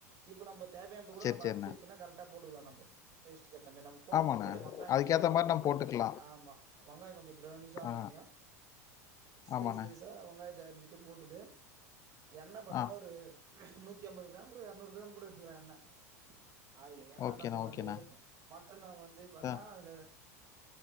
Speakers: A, on the right (about 45°); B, on the left (about 40°).
A: இப்ப நம்ப தேவயானது கூட
B: சரி,
A: நம்ம
B: சரிண்ணே.
A: அரச்சு வச்சன்னா கரெக்டா போட்டுக்கலா நம்ப டேஸ்ட்டு கேத்தா மாணி நம் போடும்
B: ஆமாண்ணே.
A: போது தெரியு வெங்காயோ
B: அதுக்கேத்த
A: எவ்வளோ
B: மாரி
A: வந்து
B: நம்ம
A: ப்ரவ்
B: போட்டுக்கலாம்.
A: ஆமா வெங்காயோ கொஞ்சோ பிரௌனிஷா ஆன
B: ஆ
A: ஒன்னியு ஸ்லிஸ்
B: ஆமாண்ணே.
A: ஸ்லிஸ் சா வெங்காயத்த அறுஞ்சிட்டு ட்டு போட்டுட்டு எண்ணெ பாத்தன்னா
B: ஆ.
A: ஒரு நூத்தி அம்பது கிராம் எரநூறு கிராம் கூட எ த்து எண்ணெ ஆயில்லு ஏன்னா
B: ஓகேண்ணே,
A: நம்ப வந்து
B: ஓகேண்ணே.
A: மட்டன வந்து பாத்தோன்னா
B: அ
A: அதுல